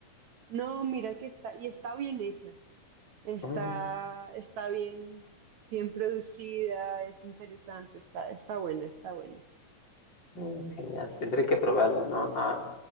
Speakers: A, on the right (about 65°); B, on the left (about 30°).
A: No, mira que está, y está bien hecha, está,
B: Mm.
A: está bien, bien producida, es interesante, está, está buena, está buena.
B: Mm, Genial, tendré que probarla, ¿no? Ah,